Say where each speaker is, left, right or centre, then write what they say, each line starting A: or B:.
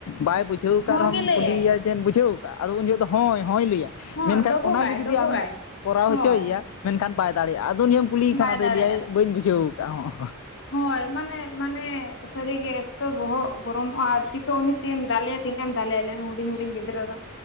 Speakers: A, on the left; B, on the left.
A: ᱵᱟᱭ ᱵᱩᱡᱷᱟᱹᱣ
B: ᱦᱚᱸ
A: ᱠᱟᱫ ᱨᱮᱦᱚᱸᱦᱚᱢ
B: ᱜᱮ ᱞᱟᱹᱭᱟᱭ
A: ᱠᱩᱞᱤᱭᱮᱭᱟ ᱡᱮᱢ ᱵᱩᱡᱷᱟᱹᱣ ᱠᱟᱫ ᱟᱫᱚ ᱩᱱ ᱡᱚᱦᱚᱜ ᱫᱚ ᱦᱳᱭ ᱦᱳᱭ ᱞᱟᱹᱭ-ᱟ
B: ᱦᱚᱸ
A: ᱢᱮᱱᱠᱷᱟᱱ
B: ᱰᱚᱵᱚᱜᱟᱭ
A: ᱚᱱᱟᱜᱮ ᱡᱩᱫᱤ
B: ᱰᱚᱵᱚᱜᱟᱭ
A: ᱟᱢᱮᱢ ᱠᱚᱨᱟᱣ
B: ᱦᱳᱭ
A: ᱦᱚᱪᱚᱭᱮᱭ-ᱟ ᱢᱮᱱᱠᱷᱟᱱ ᱵᱟᱭ ᱫᱟᱲᱮᱭᱟᱜᱼᱟ ᱟᱫᱚ ᱱᱤᱭᱟᱹᱢ ᱠᱩᱞᱤᱭᱮ ᱠᱷᱟᱱ
B: ᱵᱟᱭ
A: ᱟᱫᱚᱭ
B: ᱫᱟᱲᱮᱭᱟᱜᱼᱟ
A: ᱞᱟᱹᱭ ᱟᱭ ᱵᱟᱹᱧ ᱵᱩᱡᱷᱟᱹᱣ ᱟᱠᱟᱫᱼᱟ ᱦᱚᱸ
B: ᱦᱳᱭ ᱢᱟᱱᱮ ᱢᱟᱱᱮ ᱥᱟᱹᱨᱤ ᱜᱮ ᱮᱛᱚ ᱵᱚᱦᱚᱜ ᱜᱚᱨᱚᱢᱚᱜᱼᱟ ᱟᱨ ᱪᱤᱠᱟᱹᱜ ᱩᱱᱤ ᱛᱤᱹ ᱮᱢ ᱫᱟᱞᱮᱭᱟᱭ ᱛᱤᱱᱟᱹᱜ ᱮᱢ ᱫᱟᱞᱮᱭᱟᱞᱮᱢ ᱦᱩᱰᱤᱧ ᱦᱩᱰᱤᱧ ᱜᱤᱫᱽᱨᱟᱹ ᱫᱚ